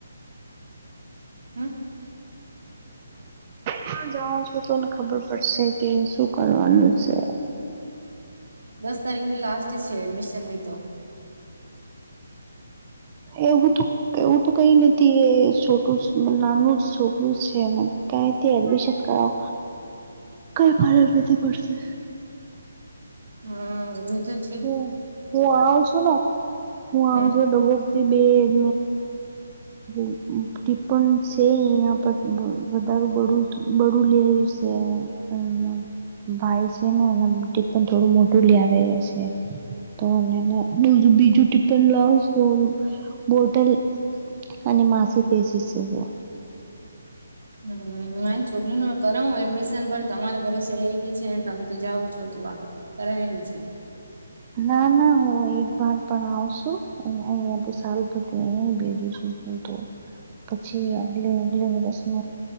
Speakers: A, on the right (about 80°); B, on the right (about 25°).
A: હમ.
B: તા જાઉં છું તોને ખબર પડશે કે શું કરવાનું છે.
A: દસ તારીખની લાસ્ટ છે એડમિશન ની તો.
B: એવું તો એવું તો કઈ નથી એ છોટું નાનું જ છોકરું છે ને કઈથી એડમિશન કરાવ
A: <inaudible>
B: કઈ ફરક નથી પડશે.
A: હા ને જો
B: હ તું આવન છું ને હું આવું
A: હમ
B: છું ડબો બેડ <unintelligible> ટીપ છે આયા વધારે બડું બડું લે છે. <unintelligible> ભાઈ છે ને એ ટીપન થોડું મોટું લ આવે રહ છે. તો બીજું બીજું ટીપપન લાવશો. બોટલ બીટઅને માસી પેજી છે.
A: હમ ના છોકરી ન કરાવ એડમિશન પણ તમારા ભરોસે રઈ ગઈ છે તમે તો જાાવ છો તું આ <inaudible>
B: ના ના હું એક બર પણ આવશું. હ અયા સા <unintelligible> પ અ ભેજું છું હું તો. પછી આગલે અગલે વરષ ન